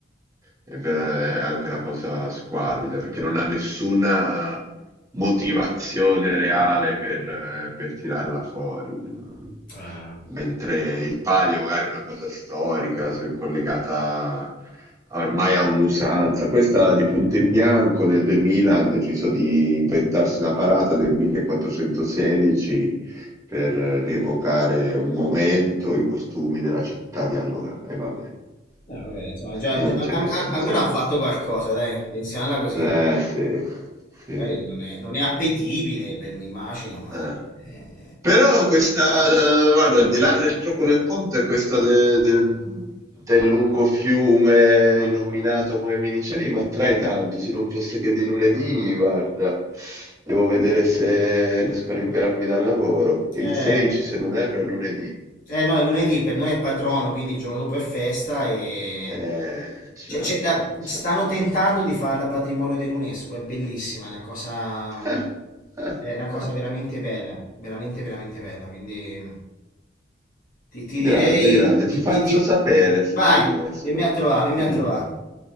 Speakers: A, on the right; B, on the left.
A: È vera- è anche una cosa squalida, perché non ha nessuna motivazione reale per, eh, per tirarla fuori. no?
B: Ah,
A: mentre il palio magari è una cosa storica, se è collegata a- ormai a un'usanza. Questa di punto in bianco nel 2000 hanno deciso di inventarsi una parata del 1416 per eh, rievocare un momento, i costumi della città di allora. E vabbè,
B: eh, vabbè, insomma, già-
A: non
B: già- al-
A: c'è nessun
B: al- almeno
A: senso.
B: hanno fatto qualcosa, dai, pensiamola così.
A: Eh sì, sì.
B: Magari non è, non è appetibile per mi immagino, ma...
A: Eh.
B: è-
A: Però questa, eh, guarda, al di là del gioco del ponte, questa de- del, del lungo fiume illuminato come mi dicevi, mi attrae tanto. Se non fosse che di lunedì, guarda, devo vedere se riesco a liberarmi dal lavoro, perché
B: eh,
A: il 16, se non erro, è lunedì.
B: Eh no, è lunedì, per noi è patrono, quindi il giorno dopo è festa e...
A: Eh, ciao,
B: Cioè, cioè, la-
A: eh, ciao.
B: stanno tentando di farla patrimonio dell'UNESCO, è bellissima, è una cosa...
A: <laughs> Ah, ah,
B: è una cosa
A: ah.
B: veramente bella, veramente, veramente bella, quindi ti, ti direi...
A: Grande, grande,
B: di-
A: ti faccio
B: di- di-
A: sapere se
B: Vai,
A: ci riesco.
B: vieni a trovare, vieni
A: Mm.
B: a trovare.